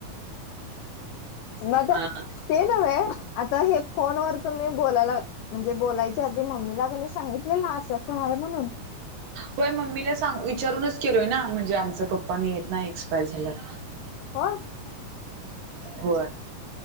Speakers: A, on the left; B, on the right.
A: मग?
B: हा
A: ते नव्हे आता हे फोन वर तुम्ही बोलायलात म्हणजे बोलायच्या आधी मम्मीला कनय सांगितलेलं असं असं हाय म्हणून?
B: होय मम्मीला सांग विचारूनच केलोय ना म्हणजे आमच पप्पा नाहीयेत ना एक्सपायर झालेत.
A: हो
B: होय